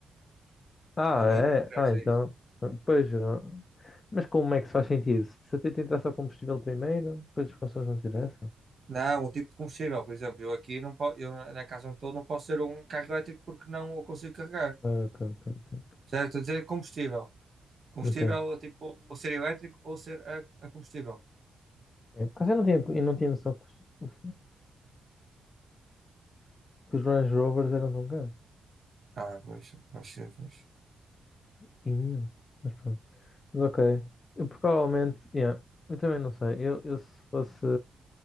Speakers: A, on the left; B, on the right.
A: Ah,
B: A mim
A: é?
B: não me interessa
A: Ah, então,
B: isso.
A: pois, eu não. Mas como é que se faz sentido? Se até tentar só combustível primeiro, depois os consumos não interessam?
B: Não, o tipo de combustível, por exemplo, eu aqui não posso, eu na casa onde estou não posso ter um carro elétrico porque não o consigo carregar.
A: Ah, Ok, ok, ok.
B: Certo? Estou a dizer combustível. Combustível,
A: Ok.
B: tipo, ou ser elétrico ou ser a, a combustível.
A: É, por acaso eu não tinha, eu não tinha noção que os, que os Range Rovers eram tão caros.
B: Ah, pois, pois, pois.
A: Imenso. Mas pronto. Mas ok. Eu provavelmente, yeah, eu também não sei. Eu, eu se fosse,